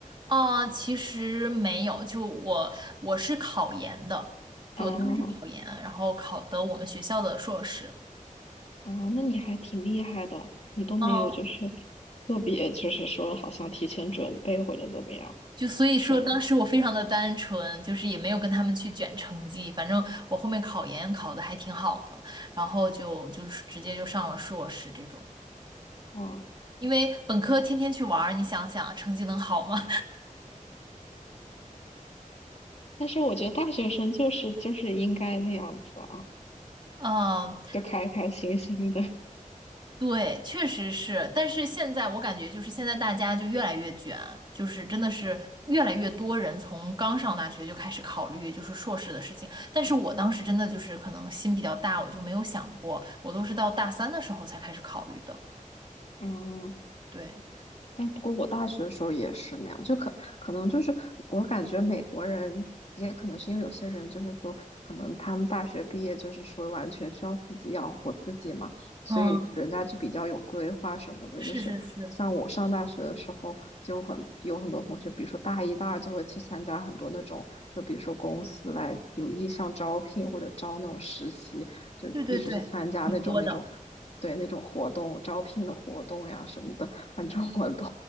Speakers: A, on the right; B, on the left.
A: 啊，其实没有，就我我是考研的，就我当时是考研，
B: 啊，
A: 然后考的我们学校的硕士，
B: 啊，那你还挺厉害的，你都没有就是
A: 嗯，
B: 特别就是说好像提前准备或者怎么样，
A: 就所以说当时我非常的单纯，
B: 是吗？
A: 就是也没有跟他们去卷成绩，反正我后面考研考的还挺好的，然后就就是直接就上了硕士这种，
B: 啊，
A: 因为本科天天去玩儿你想想成绩能好吗？
B: 但是我觉得大学生就是就是应该那样子啊，
A: <laughs> 嗯，
B: 就开开心心的，
A: 对，确实是，但是现在我感觉就是现在大家就越来越卷，就是真的是越来越多人从刚上大学就开始考虑就是硕士的事情，但是我当时真的就是可能心比较大，我就没有想过，我都是到大三的时候才开始考虑的。
B: <laughs> 嗯。
A: 对，
B: 但不过我大学的时候也是那样，就可可能就是我感觉美国人也可能是因为有些人就是说，可能他们大学毕业就是说完全需要自己养活自己嘛，所以人家就比较有规划什么的。
A: 嗯，是是是，
B: 就是像我上大学的时候，就很有很多同学，比如说大一、大二就会去参加很多那种，就比如说公司来有意向招聘或者招那种实习，就一直去参加那种那种，
A: 对对对，挺多的，
B: 对那种活动招聘的活动呀什么的。反正我都